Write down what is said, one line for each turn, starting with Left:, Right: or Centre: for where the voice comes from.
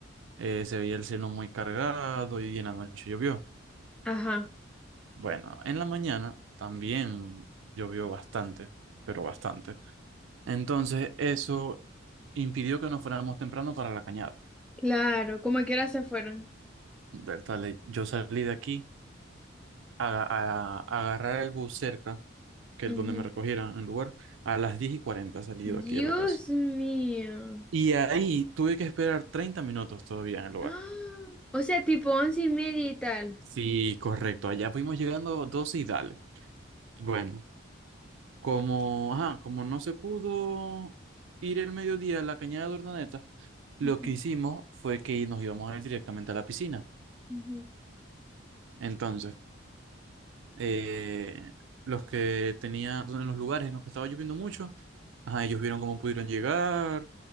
Right: eh, se veía el cielo muy cargado y en la noche llovió.
Centre: Ajá,
Right: Bueno, en la mañana también llovió bastante, pero bastante. Entonces, eso impidió que nos fuéramos temprano para la cañada.
Centre: claro, ¿cómo a qué hora se fueron?
Right: Del tal, eh, yo salí de aquí a, a- a agarrar el bus cerca, que
Centre: Ujú.
Right: es donde me recogieran el lugar, a las 10 y 40 salí
Centre: Dios
Right: de aquí de la casa.
Centre: mío.
Right: Y ahí tuve que esperar 30 minutos todavía
Centre: <gasps>
Right: en el lugar.
Centre: ¡Ah! O sea, tipo once y media y tal.
Right: Sí, correcto, allá fuimos llegando 12 y dale. Bueno, como, ajá, como no se pudo ir el mediodía a la cañada de Urdaneta, lo
Centre: Ujú,
Right: que hicimos fue que nos íbamos a ir directamente a la piscina.
Centre: ujú.
Right: Entonces, eh, los que tenía, en los lugares en los que estaba lloviendo mucho, ajá, ellos vieron cómo pudieron llegar,